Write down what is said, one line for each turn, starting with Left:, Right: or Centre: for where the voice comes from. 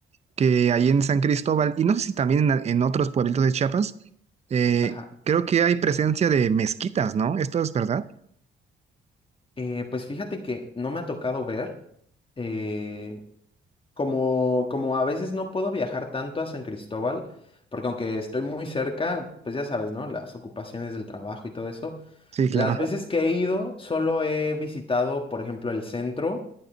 Right: que ahí en San Cristóbal y no sé si también en, en otros pueblitos de Chiapas, eh,
Left: ajá.
Right: creo que hay presencia de mezquitas, ¿no? Esto es verdad.
Left: Eh, pues fíjate que no me ha tocado ver, eh, como, como a veces no puedo viajar tanto a San Cristóbal, porque aunque estoy muy cerca, pues ya sabes, ¿no? Las ocupaciones del trabajo y todo eso,
Right: Sí, claro.
Left: Las veces que he ido, solo he visitado, por ejemplo, el centro,